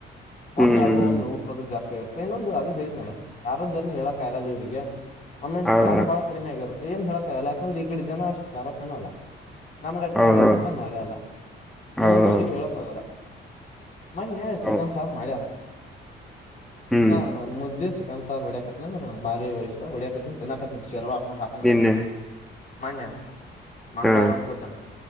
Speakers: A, in the centre; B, on the left.
A: ಹ್ಮ್
B: ಒಮ್ಮೆ ಯಾಗೋ
A: ಹ್ಮ್
B: ಒಮ್ಮೆ ಉಊಪ್ಪದು ಜಾಸ್ತಿ ಇರ್ತಾರೆ ೇಏನೊಂದು ಅದೇ ಹೇಳ್ನಲ್ಲ ಕಾರಾರದ್ದೆಲ್ಲ ಹೇಳಕ್ ಆಗಲ್ಲ ಇವ್ರರಿಗೆ ಒಮ್ಮ
A: ಹೌದ
B: ಖಾರ ಬಾಳ ಕಡಿಮೆ ಆಗಿರುತ್ತ ಏನ್ ಹೇಳಕ್ಕಲ್ಲ ಯಾಕಂದ್ರೆ ಈ ಕಡೆ ಜನಷ್ಟ ಖಾರ ತಿೆನಲ್ಲ ನಮ್ಗಟ್ಟ
A: ಹೌದೌದು
B: ಕಾಲ ಇದ್ದಕ್ಕ ನಡಲ್ಲ ನಮ್ಗ
A: ಹೌದೌದು
B: ಅವ್ರಿಗೆ ಹೇಳೋಕ್ ಹೋಗಲ್ಲ ಮ
A: ಹೌದು
B: ಚಿಕನ್ ಸಾರು ಮಾಡ್ಯಾರ
A: ಹ್ಮ್
B: ನ ಮುದ್ದಿ ಚಿಕನ್ ಸಾರು ಹೊಡ್ಯಾಕತ್ತನ ಅಂದ ನ ಭಾರಿ ಇಷ್ಟ ಹೊಡಿಯಕತ್ತನಿ ತಿನ್ನಾಕನ್ ಶೇರ್ವಾ ೊಂಡ ಹಾಕೊಂಡ
A: ನಿನ್ನೆ
B: ಮನ್ಯ ಮಂಗ್ಗಳವಾರ
A: ಹಾ
B: ಅಂದನ್ಕೂತನ